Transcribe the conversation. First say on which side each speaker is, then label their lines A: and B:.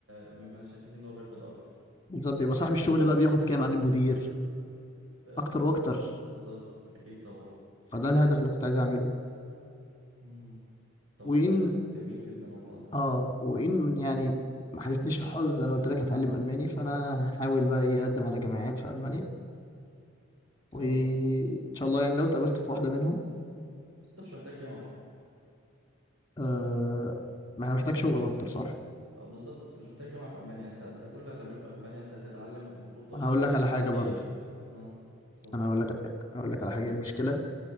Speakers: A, on the right; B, on the left.
A: مما لا شك فيه ان هو بياخد اكتر
B: بالظبط يبقى صاحب الشغل بقى بياخد كام عن المدير
A: أه،
B: اكتر واكتر
A: بالظبط اكيد طبعا
B: فده الهدف اللي كنت عايز اعمله
A: مم. طب
B: وان
A: والله جميل جدا والله
B: اه وان يعني ما حالفنيش الحظ انا قلت لك هتعلم الماني فانا هحاول بقى ايه اقدم على جامعات في المانيا وان
A: اه
B: شاء الله يعني لو اتقابلت في واحده منهم
A: بس انت مش محتاج جامعة
B: آه ما انا محتاج شغل اكتر صح
A: اه بالظبط انت مش محتاج جامعة في المانيا انت انت كل اللي هتعمله في المانيا انت هتتعلم المفروض توصل
B: انا هقول
A: بيه
B: لك على حاجه برضه
A: اي 2 اه اتفضل
B: انا اقول لك اقول لك على حاجه المشكله